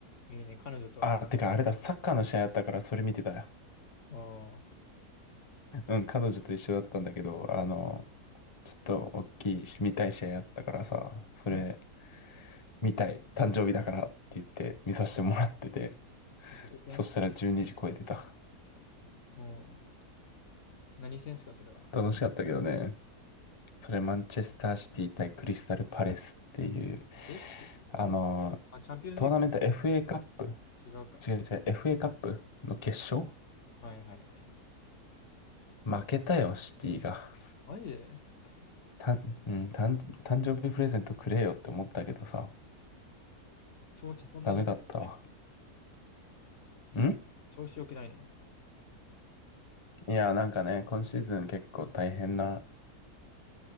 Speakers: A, on the left; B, on the left.
A: いいね、彼女と。
B: あ、てかあれだ、サッカーの試合あったからそれ見てたよ。
A: おー、
B: うん、彼女と一緒だったんだけど、あの、ちょっと大きいし、見たい試合あったからさ、それ
A: も
B: 見たい、誕生日だからって言って見させてもらってて、
A: う、どこ戦
B: そしたら12時超えてた。
A: もう、何戦っすか、それは。
B: 楽しかったけどね。それマンチェスターシティ対クリスタルパレスっていう、
A: え、
B: あの、
A: 今、えあ、チャンピオンズリー
B: トーナメント FA カップ
A: グ違うか。
B: 違う違う、FA カップの決勝
A: はいはい。
B: 負けたよ、シティが。
A: マジでクリス
B: たん、うん、誕誕生日プレゼントくれよって思ったけどさ、
A: 調子そんなにない。
B: ダメだったわ。ん
A: 調子良くないの。
B: いや、なんかね、今シーズン結構大変な、